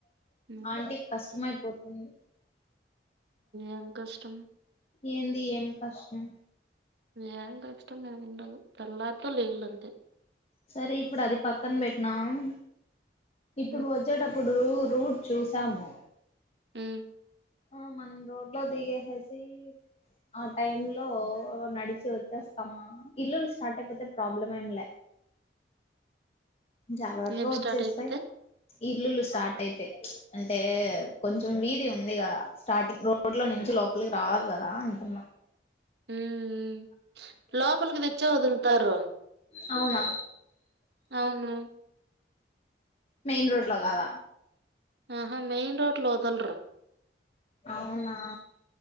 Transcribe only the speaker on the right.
ఉమ్.
ఏం కష్టం
ఏం కష్టం ఏమి ఉండదు తెల్లారితె లైలఅంతే
ఉమ్,
ఉమ్.
ఏం
స్టార్ట్ అయిపోతే
ఉమ్, ఉమ్. లోపలికి తెచ్చే వదులుతారు
అవును
ఆహా మెయిన్ రోడ్లో వదలరు